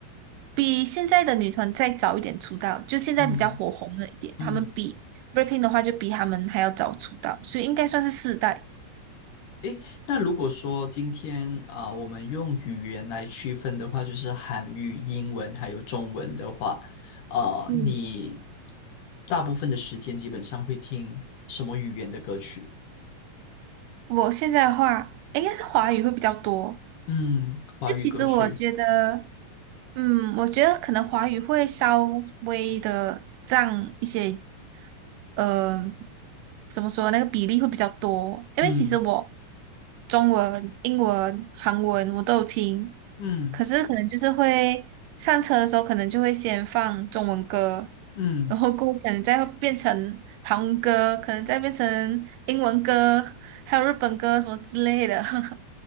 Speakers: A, on the right (about 90°); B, on the left (about 75°).
A: 比现在的女团再早一点出道，就现在比较火红了一点。
B: 嗯嗯。
A: 他们比 b l a c k p i n 的话，就比他们还要早出道，所以应该算是四代。
B: 诶，那如果说今天啊、我们用语言来区分的话，就是韩语、英文还有中文的话，啊，
A: 嗯，
B: 你大部分的时间基本上会听什么语言的歌曲？
A: 我现在的话，应该是华语会比较多。
B: 嗯，华语歌曲。
A: 就其实我觉得。嗯，我觉得可能华语会稍微的占一些，呃，怎么说那个比例会比较多，因为其实我
B: 嗯
A: 中文、英文、韩文我都有听，
B: 嗯
A: 可是可能就是会上车的时候可能就会先放中文歌，
B: 嗯。
A: 然后过后可能再变成韩文歌，可能再变成英文歌，还有日本歌什么之类的。<laughs>